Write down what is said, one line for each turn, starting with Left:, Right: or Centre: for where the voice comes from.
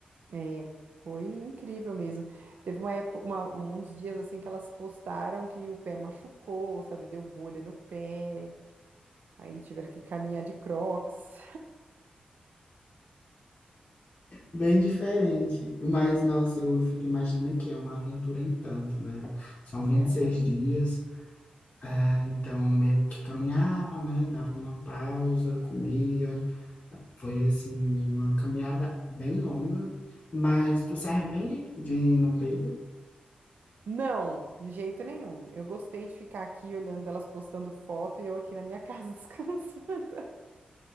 Right: é, foi incrível mesmo. Teve uma época, uma- uns dias assim que elas postaram que o pé machucou, sabe? Deu bolha no pé, aí tiveram que caminhar de Crocs.
Left: Bem diferente. Mas, nossa, eu fico imaginando que é uma aventura em tanto, né? São vinte
Right: É uma...
Left: e seis dias, eh, então meio que caminhava, né? Dava uma pausa, comia. Foi, assim, uma caminhada bem longa. Mas tu se arrepende de não ter ido?
Right: Não, de jeito nenhum. Eu gostei de ficar aqui olhando elas postando foto e eu aqui na minha casa <laughs> descansando.